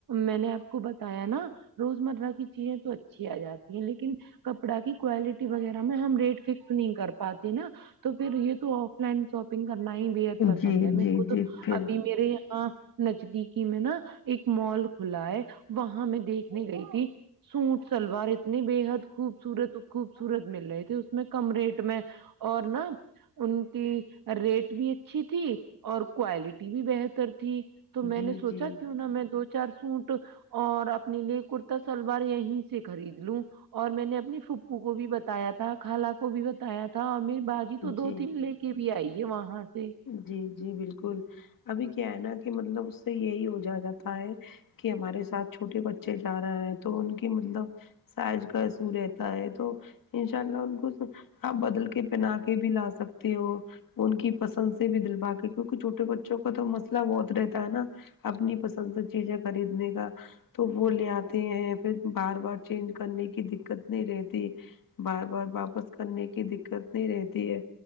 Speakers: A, on the right (about 70°); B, on the left (about 65°).
A: میں نے آپ کو بتایا نا روزمرہ کی چیزیں تو اچھی آ جاتی ہیں لیکن کپڑا کی کوالٹی وغیرہ میں ہم ریٹ فکس نہیں کر پاتے نا تو پھر یہ تو آف لائن شاپنگ کرنا ہی بے حد پسند
B: جی
A: ہے
B: جی
A: میرے کو تو
B: جی پھر
A: ابھی میرے یہاں نجدیکی میں نا ایک مال کھلا ہے وہاں میں دیکھنے گئی تھی سوٹ سلوار اتنی بے حد خوبصورت خوبصورت مل رہے تھے اس میں کم ریٹ میں اور نہ ان کی ریٹ بھی اچھی تھی اور کوالٹی بھی بہتر تھی تو میں
B: جی
A: نے سوچا
B: جی
A: کیوں نہ میں دو چار سوٹ اور اپنے لیے کرتا سلوار یہیں سے خرید لوں اور میں نے اپنی پھوپھو کو بھی بتایا تھا خالہ کو بھی بتایا تھا اور میر باجی تو دو
B: جی
A: تین لے کے بھی آئی ہے وہاں سے
B: جی جی بالکل ابھی کیا ہے نا کہ مطلب اس سے یہی ہو جا جاتا ہے کہ ہمارے ساتھ چھوٹے بچے جا رہے ہیں تو ان کی مطلب سایج کاایسو رہتا ہے تو انشاء اللہ ان کو آپ بدل کے پہنا کے بھی لا سکتے ہو ان کی پسند سے بھی دل با کی کو کیونک چھوٹے بچوں کا تو مسئلہ بہت رہتا ہے نا اپنی پسند سے چیزیں خریدنے کا تو وہ لے آ تے ہیں پھر بار بار چینج کرنے کی دکت نہیں رہتی بار بار واپس کرنے کی دکت نہیں رہتی ہے